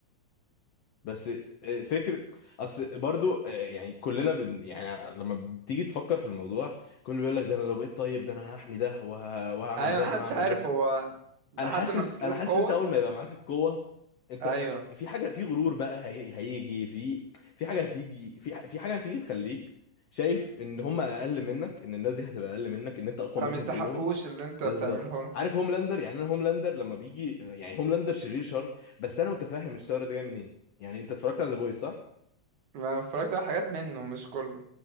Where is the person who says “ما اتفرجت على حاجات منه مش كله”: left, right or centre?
Right